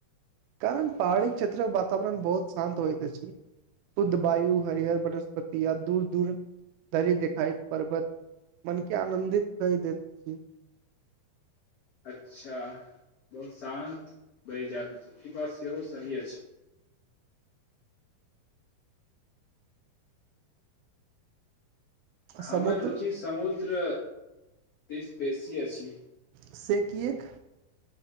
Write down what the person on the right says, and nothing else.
कारण पहाड़ी क्षेत्रक वातावरण बहुत शान्त होइत अछि शुद्ध वायु हरिहर वनस्पति या दूर दूर धरि देखाईत पर्वत मनके आनन्दित कए दैत छी
समुद्र
से किएक